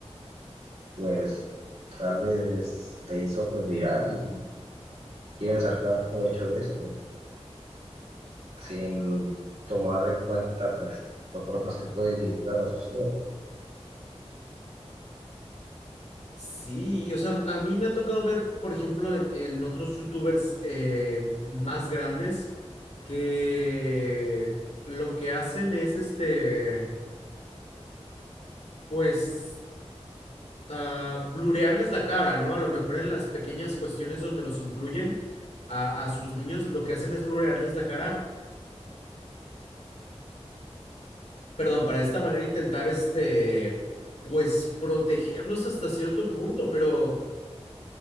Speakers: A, on the right (about 85°); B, on the left (about 85°).
A: pues tal vez te hizo pues viral y quieren sacar provecho de esto sin tomar en cuenta pues los problemas que puede llegar a suceder.
B: Sí, o sea, a mí me ha tocado ver, por ejemplo, en, en otros youtubers eh, más grandes que lo que hacen es este, pues, ah, blurearles la cara, ¿no? A lo mejor en las pequeñas cuestiones donde los incluyen a, a sus niños, lo que hacen es blurearles la cara, perdón, para de esta manera intentar este, pues, protegerlos hasta cierto punto, pero